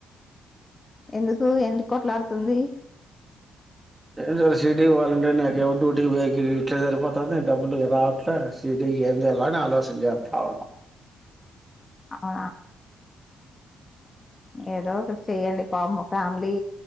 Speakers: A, on the left (about 25°); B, on the right (about 20°).
A: ఎందుకు ఎన్ని కోట్లాడుతుంది
B: ఏందో సి టి కి పోవాలంటే నాకేమో డుటీ కి పోయేకి ఇట్లే సరిపోతుంది డబ్బులు రాట్లే ఏంచేయాల అని ఆలోచన చేస్తున్న
A: ఆ ఏదో ఒకటి చెయ్యండి <unintelligible> ఫ్యామిలీ